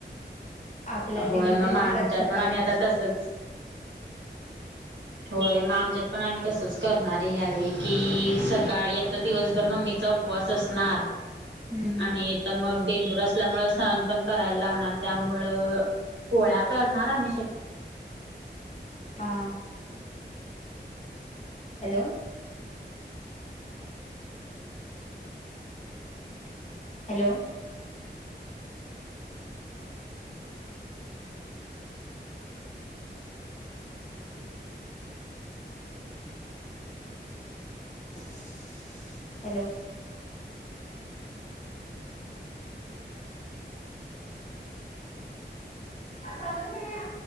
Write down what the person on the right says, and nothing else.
होय
मग आमच्यात
पण आम्ही आता तसच. होय म आमच्यात पण आम्ही तसंच. करणार ए ह्यावेळी कि, सकाळी आता दिवसभर मम्मीचा उपवास असणार
आणि तर मग बेंदुर अस ल्यामुळ सण पण करायला लागणार, त्यामुळे पोळ्या करणार आम्ही शक्य